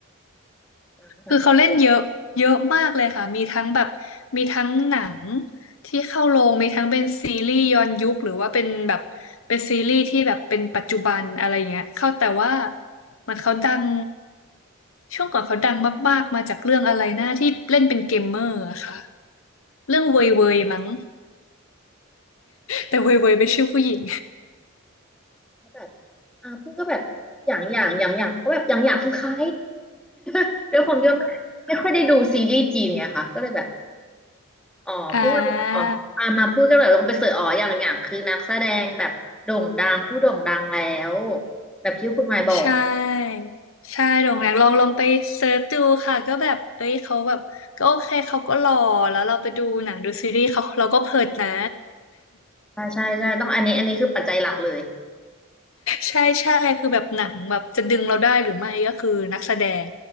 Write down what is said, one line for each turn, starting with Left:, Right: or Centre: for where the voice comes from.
Centre: อย่างอย่าง
Left: คือเขาเล่นเยอะเยอะมากเลยค่ะ มีทั้งแบบมีทั้งหนังที่เข้าโรงมีทั้งเป็นซีรีส์ย้อนยุคหรือว่าเป็นแบบเป็นซีรีส์ที่แบบเป็นปัจจุบันอะไรเงี้ยเข้าแต่ว่ามันเขาดังช่วงก่อนเขาดังมากๆมาจากเรื่องอะไรนะที่เล่นเป็นเกมเมอร์อะค่ะเรื่องเวยเวยมั้งแต่เวยเวยเป็นชื่อผู้หญิง
Centre: ก็แบบอาพูดก็แบบอย่างอย่างอย่างอย่างเพราะแบบอย่างอย่างคือใคร <laughs> ด้วยความที่ว่าไม่ไม่ค่อยได้ดูซีรีส์จีนไงคะก็เลยแบบ อ๋อเพิ่งมาอ๋ออ่ามาพูดกันแบบลงไปเสิร์ชอ๋ออย่างอย่างคือนักแสดงแบบโด่งดังผู้โด่งดังแล้ว
Left: <laughs> อ่า
Centre: แบบที่คุณหมายบอก
Left: ใช่ ใช่โด่งดังลองลองไปเซิร์ชดูค่ะ ก็แบบเอ้ยเขาแบบก็โอเคเขาก็หล่อแล้วเราไปดูหนังดูซีรีส์เขา เราก็เพลิดนะ
Centre: ใช่ใช่ใช่ต้องอันนี้อันนี้คือปัจจัยหลักเลย
Left: ใช่ใช่คือแบบหนังแบบจะดึงเราได้หรือไม่ ก็คือนักแสดง